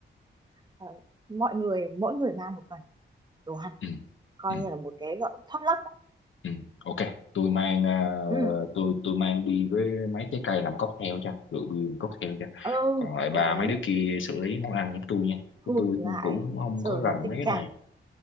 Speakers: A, on the right; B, on the left.
A: ờ, mọi người mỗi người mang một phần đồ ăn
B: ừ.
A: coi
B: ừ,
A: như là một cái gọi potluck ấy.
B: ừ. ok tôi mang à,
A: Ừ,
B: tôi tôi mang đi với mấy trái cây làm cocktail cho rượu bia làm cocktail cho
A: ừ
B: còn lại bà
A: ừ đấy
B: mấy đứa kia xử lý món ăn giống tôi nha
A: hùn
B: tôi
A: lại
B: cũng không
A: rồi
B: có rành
A: là tình
B: mấy cái này
A: cảm